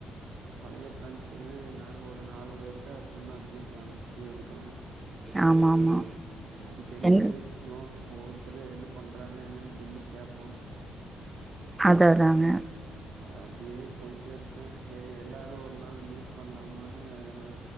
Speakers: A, on the right; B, on the right.
A: பழைய ஃப்ரெண்ட்ஸுன்னு நாங்க ஒரு நாலு பேர் தா அப்பமு அப்புடியே கான்டக்ட்லயே இருக்குறோ
B: ஆமா ஆமா
A: அடிக்கடி
B: எங்
A: பேசிக்கிவோ ஒவ்வொருத்தரு என்ன பண்றாங்க என்னன் சொல்லி கேப்போ
B: அதா அதாங்க
A: அப்புடியே போயிட்டே இருக்கு சேரி எல்லாரு ஒரு நாள் மீட் பண்லாமான்னு ஒரு